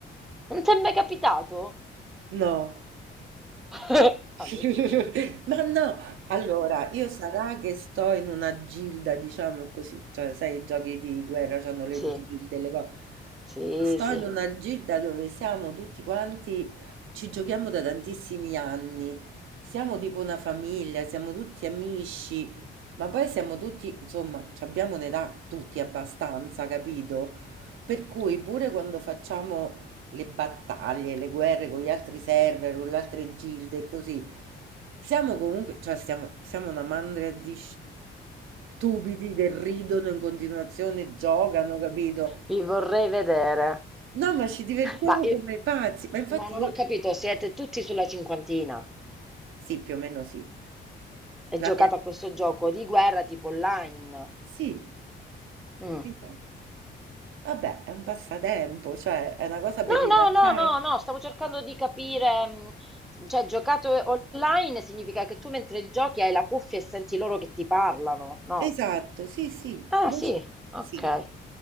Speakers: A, in the centre; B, on the right.
A: Non ti è mai capitato?
B: no.
A: <laughs>
B: <laughs>
A: A me sì.
B: Ma no, allora io sarà che sto in una gilda, diciamo così, cioè sai, i giochi di guerra hanno le
A: Sì,
B: gilde, le cose.
A: sì,
B: Sto
A: sì,
B: in una gilda dove siamo tutti quanti, ci giochiamo da tantissimi anni, siamo tipo una famiglia, siamo tutti amici, ma poi siamo tutti, insomma, ci abbiamo un'età tutti abbastanza, capito? Per cui pure quando facciamo le battaglie, le guerre con gli altri server, con le altre gilde e così, siamo comunque, cioè siamo, siamo una mandria di stupidi che ridono in continuazione, giocano, capito?
A: vi vorrei vedere.
B: No, ma ci divertiamo
A: Ma, E-
B: come pazzi, ma infatti
A: ma non
B: io
A: ho capito, siete tutti sulla cinquantina
B: sì, più o meno sì.
A: e giocate
B: La mia...
A: a questo gioco di guerra tipo online?
B: Sì.
A: Mm.
B: Esatto. Vabbè, è un passatempo, cioè è una cosa per
A: No,
B: rilassarsi.
A: no, no, no, no, stavo cercando di capire, mm, cioè giocato online significa che tu mentre giochi hai la cuffia e senti loro che ti parlano, no?
B: Esatto, sì, sì,
A: Ah,
B: noi
A: sì,
B: ci-
A: ok.
B: sì.